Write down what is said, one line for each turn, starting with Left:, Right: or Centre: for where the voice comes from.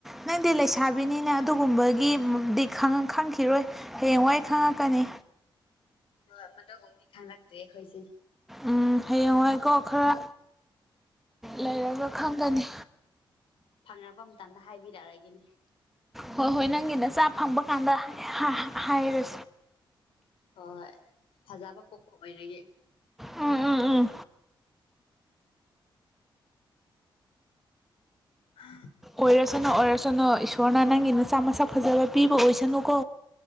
Centre: ꯅꯪꯗꯤ ꯂꯩꯁꯥꯕꯤꯅꯤꯅ ꯑꯗꯨꯒꯨꯝꯕꯒꯤꯗꯤ ꯈꯪꯈꯤꯔꯣꯏ ꯍꯌꯦꯡꯋꯥꯏ ꯈꯪꯉꯛꯀꯅꯤ
Left: <unintelligible> ꯃꯗꯨ ꯒꯨꯝꯕꯗꯤ ꯈꯪꯂꯛꯇꯦ ꯑꯈꯣꯏꯁꯦ
Centre: ꯎꯝ ꯍꯌꯦꯡꯋꯥꯏꯀꯣ ꯈꯔ ꯂꯩꯔꯒ ꯈꯪꯒꯅꯤ
Left: ꯐꯪꯉꯕ ꯃꯇꯝꯗ ꯍꯥꯏꯕꯤꯔꯑꯒꯦꯅꯦ
Centre: ꯍꯣꯏ ꯍꯣꯏ ꯅꯪꯒꯤ ꯅꯆꯥ ꯐꯪꯕ ꯀꯥꯟꯗ <unintelligible> ꯍꯥꯏꯔ
Left: ꯍꯣꯏ ꯐꯖꯕ ꯄꯣꯛꯄ ꯑꯣꯏꯔꯒꯦ
Centre: ꯎꯝ ꯎꯝ ꯎꯝ
Left: ꯍ
Centre: ꯑꯣꯏꯔꯁꯅꫭ ꯑꯣꯏꯔꯁꯅꫭ ꯏꯁꯣꯔꯅ ꯅꯪꯒꯤ ꯅꯆꯥ ꯃꯁꯛ ꯐꯖꯕ ꯄꯤꯕ ꯑꯣꯏꯁꯅꯨꯀꯣ